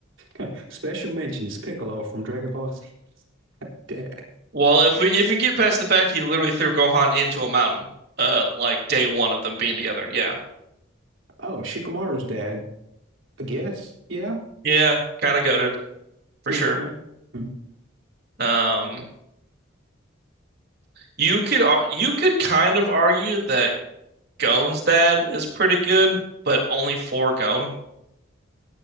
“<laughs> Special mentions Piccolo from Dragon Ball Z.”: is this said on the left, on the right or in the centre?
Right